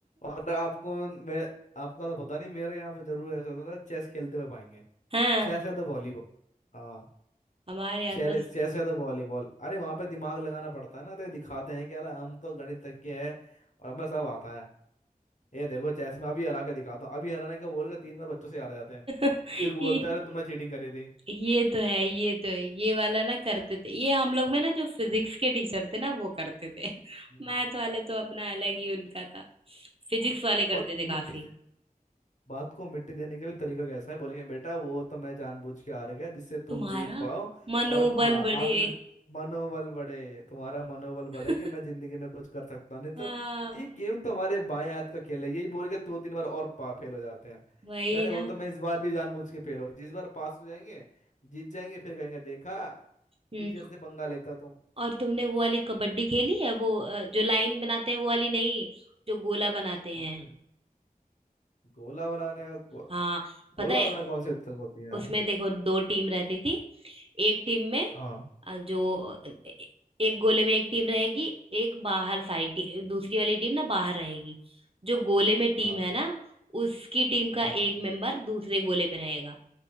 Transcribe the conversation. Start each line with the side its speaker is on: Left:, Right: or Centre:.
Left: और आपको मैं आपका तो पता नहीं मेरे यहाँ पे जरूर ऐसा होता था चेस खेलते हुए पाएंगे
Right: हाँ
Left: चेस या द वॉलीबॉल हाँ
Right: हमारे यहाँ
Left: चेले
Right: तो
Left: चेस या द वॉलीबॉल अरे वहां पे दिमाग लगाना पड़ता है ना तो दिखाते हैं कि अरे हम तो गणितज्ञ हैं और हमें सब आता है ये देखो चेस में अभी हरा के दिखाता हूँ अभी हराने का बोल के तीन बार बच्चों से हार जाते हैं
Right: <laughs>
Left: फिर बोलता
Right: ये-
Left: है अरे तुमने चीटिंग करी थी
Right: ये तो है ये तो है ये वाला ना करते थे ये हम लोग में ना जो फिजिक्स के टीचर थे ना वो करते थे <laughs>
Left: हम्म
Right: मैथ वाले तो अपना अलग ही उनका था फिजिक्स
Left: औ-
Right: वाले करते
Left: और मिट्टी
Right: थे काफी
Left: से बात को मिट्टी देने के भी तरीका कैसा है बोलेंगे बेटा वो तो मैं जानबूझ के हार गया जिससे तुम
Right: तुम्हारा
Left: जीत पाओ
Right: मनोबल
Left: और हाँ
Right: बढ़े
Left: आत्म मनोबल बढ़े तुम्हारा मनोबल बढ़े
Right: <laughs>
Left: कि मैं जिंदगी में कुछ कर सकता हूँ नहीं तो
Right: हाँ
Left: ये गेम तो हमारे बाएं हाथ का खेल है यही बोल के दो तीन बार और पा फेल हो जाते हैं
Right: वही
Left: कह रहे वो
Right: ना
Left: तो मैं इस बार भी जानबूझ के फेल हो जिस बार पास हो जाएंगे जीत जाएंगे फिर कहेंगे देखा
Right: हम्म
Left: टीचर से पंगा लेता तुम
Right: और तुमने वो वाली कबड्डी खेली है वो अ, जो लाइन बनाते हैं वो वाली नहीं जो गोला बनाते
Left: कौन
Right: हैं
Left: से गोला बनाने गो,
Right: हाँ पता
Left: गोला
Right: है
Left: बनाने कौन सी हद तक होती
Right: उसमें
Left: है
Right: देखो दो टीम रहती थी एक टीम में
Left: हाँ
Right: अ, जो एक गोले में एक टीम रहेगी एक बाहर सारी टी, दूसरी वाली टीम ना बाहर रहेगी जो गोले में टीम
Left: हाँ
Right: है ना उसकी टीम का
Left: हाँ
Right: एक मेंबर दूसरे गोले में रहेगा